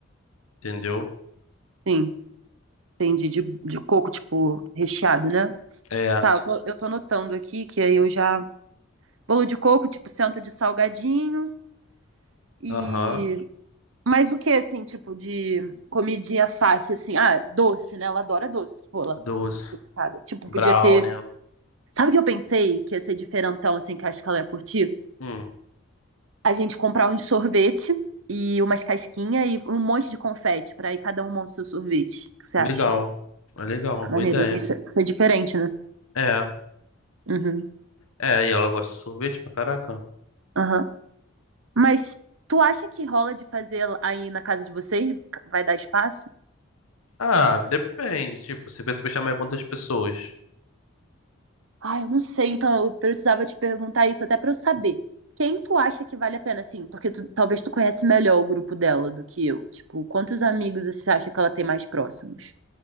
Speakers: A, on the left; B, on the right.
A: entendeu?
B: sim. Entendi, de, de coco, tipo, recheado, né?
A: É,
B: Tá, eu tô, eu tô anotando aqui que aí eu já. Bolo de coco, tipo, centro de salgadinho e.
A: aham,
B: Mas o que, assim, tipo, de comidinha fácil, assim? Ah, doce, né? Ela adora doce, pô, ela
A: doce,
B: é obcecada. Tipo,
A: brownie.
B: podia ter. Sabe o que eu pensei que ia ser diferentão, assim, que eu acho que ela ia curtir?
A: Hum,
B: A gente comprar um sorvete e umas casquinhas e um monte de confete pra ir cada um monta o seu sorvete. O que você
A: legal.
B: acha?
A: É legal, uma boa
B: Maneiro,
A: ideia.
B: né? isso, é, isso é diferente, né?
A: É,
B: Uhum.
A: é, e ela gosta de sorvete pra caraca.
B: Aham. Mas tu acha que rola de fazer aí na casa de vocês? Vai dar espaço?
A: Ah, depende, tipo, você pensa em chamar quantas pessoas?
B: Ah, eu não sei, então eu precisava te perguntar isso até pra eu saber. Quem tu acha que vale a pena, assim? Porque tu- talvez tu conhece melhor o grupo dela do que eu. Tipo, quantos amigos você acha que ela tem mais próximos?